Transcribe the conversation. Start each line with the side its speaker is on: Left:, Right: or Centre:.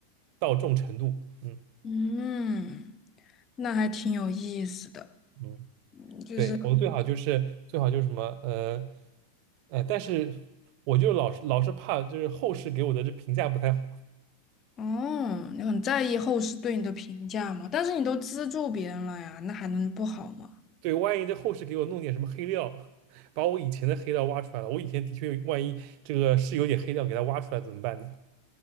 Right: 到这种程度，嗯
Left: 嗯，那还挺有意思的，
Right: 嗯，
Left: 嗯就是
Right: 对，我们最好就是最好就是什么，呃呃，但是我就老是老是怕就是后世给我的这评价不太好，
Left: 哦，你很在意后世对你的评价嘛？但是你都资助别人了呀，那还能不好吗？
Right: 对，万一在后世给我弄点什么黑料，<laughs> 把我以前的黑料挖出来了，我以前的确万一这个是有点黑料，给他挖出来怎么办呢？